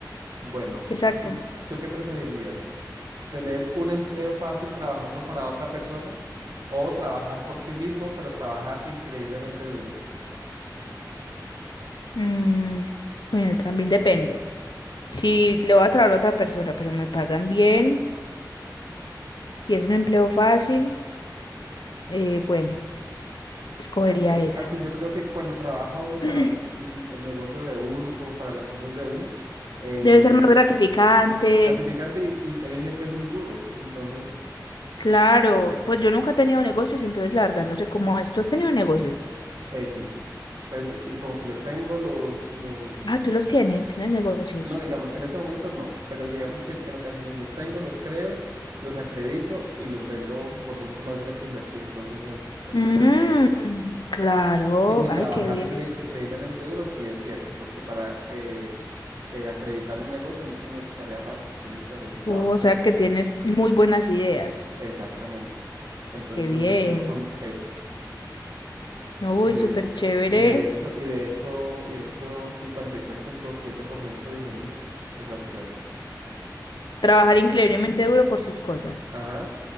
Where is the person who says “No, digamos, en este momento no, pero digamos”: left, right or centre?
Right